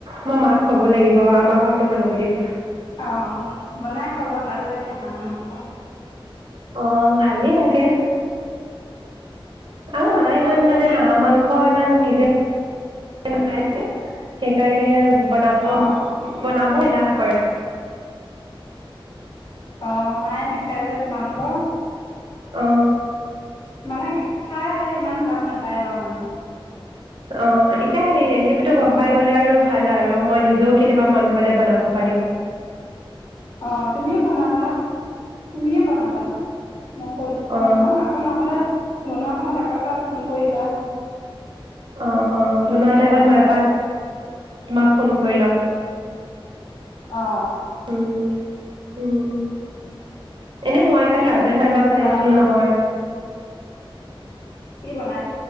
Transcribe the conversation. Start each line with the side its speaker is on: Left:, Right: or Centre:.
Right: মই মাক ক'ব লাগিব আমাৰ ঘৰতো বনাব দিম।
Left: অঁ বনাই খাবা ভাল লাগে হাঁহ মাংস।
Right: অ ভালেই লাগে। অহ
Left: তাৰপিছত
Right: মায়ে ইমান
Left: এতিয়া
Right: মানে
Left: কি
Right: হাঁহৰ মাংস ইমান নিজে নাখায় যে সেইকাৰণে বনাব
Left: অঁ
Right: বনাব এলাহ। কৰে
Left: অ মায়ে নাখায় যে তোমালোকৰ।
Right: অ
Left: মানে খাই ইমান ভাল নাপায়। আৰু মানে
Right: অ এ সেই ৰেচিপিটো
Left: সেইকাৰণে
Right: গম পাই গলে আৰু ভাল। ভাল আৰু মই নিজেও কেতিয়াবা মন গলে বনাব পাৰিম।
Left: অ তুমিও বনাবা তুমিয়ে বনাবা। মই কৈ দিছো
Right: অ
Left: নহয় আকৌ নহ'লে। বনোৱা সময়ত আকৌ এবাৰ ফোন কৰিবা।
Right: অ অ বনোৱা
Left: যেতিয়া
Right: টাইমত
Left: বনাবা
Right: মই এবাৰ তোমাক ফোন কৰি ল'ম।
Left: অ
Right: উম উম এনেই মই কালি আ যোৱাবাৰ বনাইছিলো
Left: কোৱা
Right: নহয়।
Left: কি বনাই